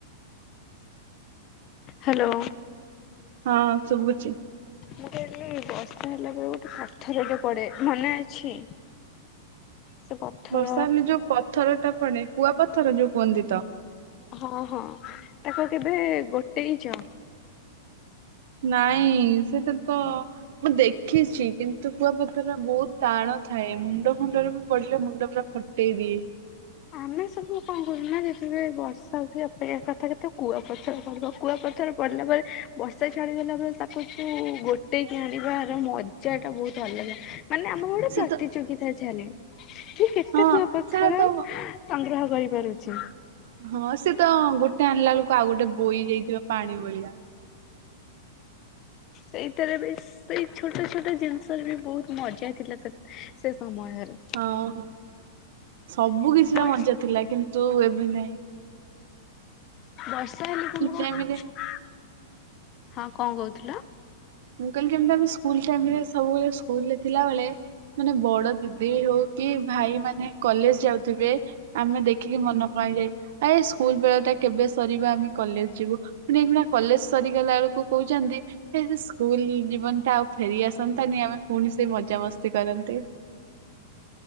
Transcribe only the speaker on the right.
ହଁ ଶୁଭୁ
ବର୍ଷା ହେଲେ ଯୋଉ ପଥରଟା ପଡେ, କୁଆପଥର ଯୋଉ କୁହନ୍ତି ତ?
ନାଇଁ ସେଇଟା ତ ମୁଁ ଦେଖିଛି କିନ୍ତୁ କୁଆପଥରର ବହୁତ ଟାଣ ଥାଏ, ମୁଣ୍ଡ ଫୁଣ୍ଡରେ ବି ପଡିଲେ ମୁଣ୍ଡ ପୁରା ଫଟେଇ ଦିଏ।
ସେ
ତ
ହଁ
ସେଟା ତ
ହଁ ସେ ତ ଗୋଟେ ଆଣିଲା ବେଳକୁ ଆଉ ଗୋଟେ ବୋଇ ଯାଇଥିବ ପାଣି ଭଳିଆ।
ହଁ ହଁ ସବୁ କିଛିର
ମଜା ଥିଲା କିନ୍ତୁ ଏବେ ନାଇଁ।
ଟାଇମରେ
ମୁଁ କହିଲି କେମତି ତମେ ସ୍କୁଲ ଟାଇମ୍ ରେ ସବୁବେଳେ ସ୍କୁଲରେ ଥିଲାବେଳେ, ମାନେ ବଡ ଦିଦି ହଉ କି ଭାଇ ମାନେ କଲେଜ ଯାଉଥିବେ ଆମେ ଦେଖିକି ମନ କଣ ହେଇଯାଏ ଆ ଏ ସ୍କୁଲ ବେଳେ ଟା କେବେ ସରିବା ଆମେ କଲେଜ ଯିବୁ ପୁଣି ଏଇନା କଲେଜ ସରିଗଲା ବେଳକୁ କହୁଛନ୍ତି। ଏଇ ଯୋଉ ସ୍କୁଲ ଜୀବନ ଟା ଆଉ ଫେରି ଆସନ୍ତାନି। ଆମେ ପୁଣି ସେଇ ମଜାମସ୍ତି କରନ୍ତି।